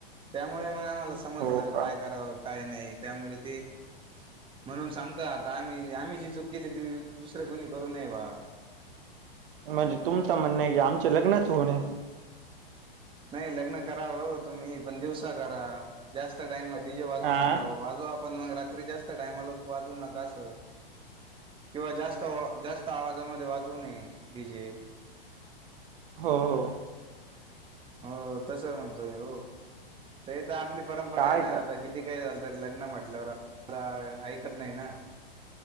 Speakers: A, on the right (about 15°); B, on the right (about 65°).
A: त्यामुळे मग आम्हाला समजलं
B: हो का?
A: काय करावं. काही नाही त्यामुळे ते म्हणून सांगत आता आम्ही आम्ही जी चूक केली त! तुसरे कोणी करू ने बा.
B: म्हणजे तुमच म्हणणं आहे की आमचे लग्नच होऊ नये.
A: नाही लग्न करावं तुम्ही पण दिवसा करा जास्त टाईम डीजे वाजू
B: आ
A: नका वाजवा! पण मग रात्री जास्त टाईमला वाजवू नका अस. किंवा जास्त जास्त आवाजामध्ये वाचू नये डीजे.
B: हो हो.
A: हो तस म्हणतो म हो तर तर आपली परंपरा
B: काय
A: आहे ना
B: कर
A: आता किती? क काय झालं तररी लग्न म्हटलंवरला ऐकत नाही ना!